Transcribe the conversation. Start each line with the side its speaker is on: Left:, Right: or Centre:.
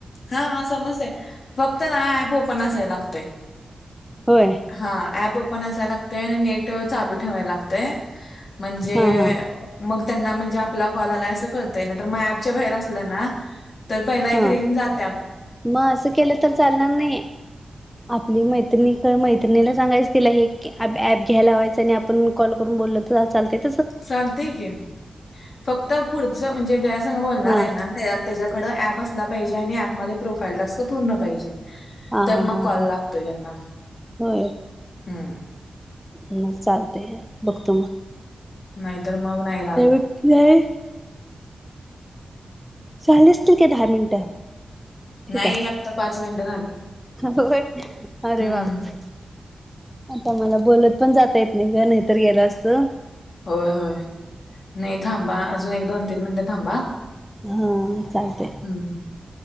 Left: हा समजतंय. फक्त ना ऍप ओपन असाय लागतंय.
Centre: होय
Left: हा ऍप ओपन असायला लागतंय आणि नेट चालू ठेवायला लागतंय. म्हणजे
Centre: हा हा
Left: मग त्यांना म्हणजे आपला कॉल आलंय असं कळतंय. नाही तर मग ऍपच्या बाहेर असलं ना तर, पहिला एक
Centre: हा
Left: रिंगात.
Centre: मग असं केलं तर चालणार नाही. आपली मैत्रि-मैत्रिणीला सांगायचं तिला हे ऍप ऍप घ्यायला लावायचं आणि आप पण कॉल करून बोल तेव्हा चालतेत.
Left: चालतंय की. फक्त पुढच म्हणजे जेज्या संग बोलणार
Centre: हा
Left: आहे ना त्या त्याच्याकड ऍप असला पाहिजे आणि ऍपमध्ये प्रोफाईल टास्क पूर्ण पाहिजे.
Centre: हा
Left: तर,
Centre: हा
Left: मग
Centre: हा
Left: कॉल
Centre: हा
Left: लागतो ज्यांना
Centre: होय
Left: हम्म.
Centre: मग चालतंय बघतो मग.
Left: नाहीतर मग नाही लागत.
Centre: नाही. चाले असतील की दहा मिनट. ठेवू
Left: नाही
Centre: काय?
Left: आता, पाच मिनट.
Centre: होय अरे
Left: हम्म
Centre: बापरे. आता मला बोलत पण जाता येत नाही, का नाहीतर गेलं असत.
Left: होय होय. नाही थांबा अजून एक दोन तीन मिनिटं थांबा.
Centre: हा चालते.
Left: हं.